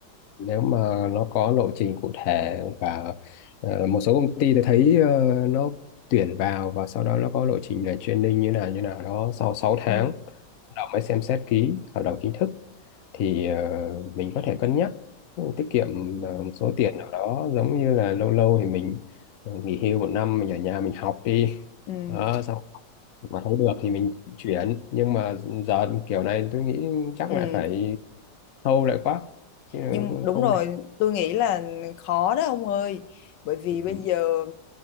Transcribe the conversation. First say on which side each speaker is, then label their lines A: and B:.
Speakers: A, on the left (about 60°); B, on the left (about 80°).
A: nếu mà nó có lộ trình cụ thể và ờ, một số công ty thì thấy ờ, nó tuyển vào và sau đó nó có lộ trình là training như nào như nào đó sau 6 tháng
B: Ừ.
A: hợp đồng mới xem xét ký hợp đồng chính thức thì ờ, mình có thể cân nhắc ừ, tiết kiệm
B: Ừ.
A: ờ, một số tiền nào đó giống như là lâu lâu thì mình ờ, nghỉ hưu một năm mình ở nhà mình học đi
B: Ừ.
A: đó, sau mà thấy được thì mình chuyển nhưng mà giờ kiểu này tôi nghĩ chắc
B: Ừ.
A: lại phải thâu lại quá chứ
B: nhưng đúng
A: không
B: rồi tôi nghĩ là khó đó ông ơi bởi vì
A: thể
B: bây giờ